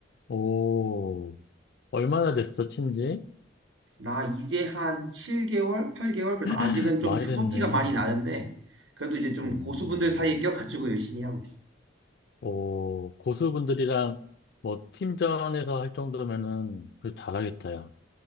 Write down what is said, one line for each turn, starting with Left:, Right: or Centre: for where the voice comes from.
Left: 오, 얼마나 됐어, 친지?
Right: 나 이제 한 7개월, 8개월? 그래서 아직은
Left: <laughs>
Right: 좀
Left: 많이
Right: 초보티가
Left: 됐네.
Right: 많이 나는데, 그래도 이제 좀
Left: 음,
Right: 고수분들 사이에 껴가지고 열심히 하고 있어.
Left: 오, 고수분들이랑 뭐 팀전에서 할 정도면은 그 잘하겠다, 야.